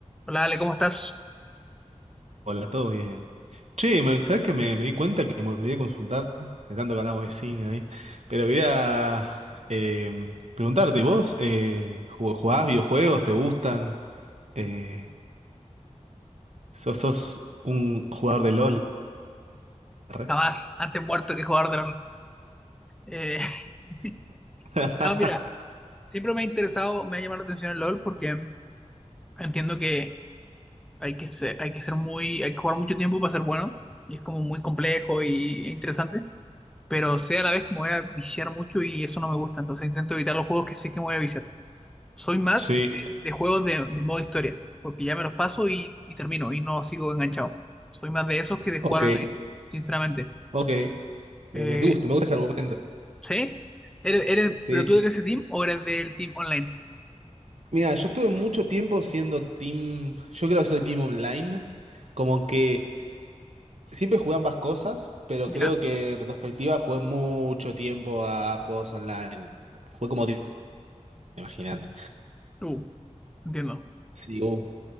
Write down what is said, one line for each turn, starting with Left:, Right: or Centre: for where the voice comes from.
Centre: Hola Ale, ¿cómo estás?
Right: Hola, todo bien. Che, me- ¿sabés que me, me di cuenta que me olvidé de consultar de tanto que hablamos de cine ahí? Pero quería eh, preguntarte, ¿vos eh, ju- jugás videojuegos? ¿Te gustan? Eh, ¿sos, sos un jugador de LOL? Re.
Centre: Jamás, antes muerto que jugador de LOL. Eh, <laughs>
Right: <laughs>
Centre: no, mira, siempre me ha interesado, me ha llamado la atención el LOL porque entiendo que hay que ser, hay que ser muy, hay que jugar mucho tiempo para ser bueno y es como muy complejo y e interesante, pero sé a la vez que me voy a viciar mucho y eso no me gusta, entonces intento evitar los juegos que sé que me voy a viciar. Soy más
Right: Sí.
Centre: de, de juegos de, de modo historia, porque ya me los paso y, y termino y no sigo enganchado. Soy más de esos que de jugar
Right: Ok,
Centre: online, sinceramente.
Right: ok. Me,
Centre: Eh,
Right: me gusta, me gusta ese argumento.
Centre: ¿Sí? ¿Eres, eres,
Right: Sí,
Centre: pero
Right: sí.
Centre: tú de ese team o eres del team online?
Right: Mira, yo estuve mucho tiempo siendo team. Yo creo que soy team online. Como que. Siempre jugué ambas cosas, pero
Centre: ¿Ya?
Right: creo que en retrospectiva jugué mucho tiempo a juegos online. Jugué como ti- imagínate.
Centre: Uh, entiendo.
Right: Sí, uh,